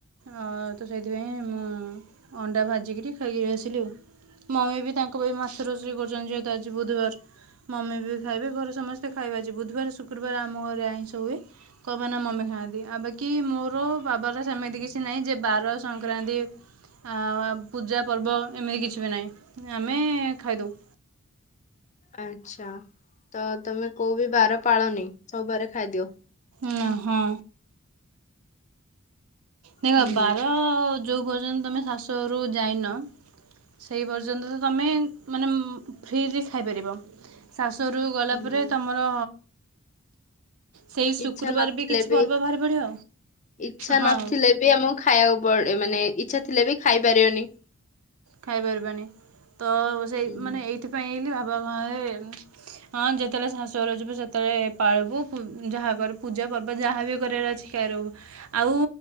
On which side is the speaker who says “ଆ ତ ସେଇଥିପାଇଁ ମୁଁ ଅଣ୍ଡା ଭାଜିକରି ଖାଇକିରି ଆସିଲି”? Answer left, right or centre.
Right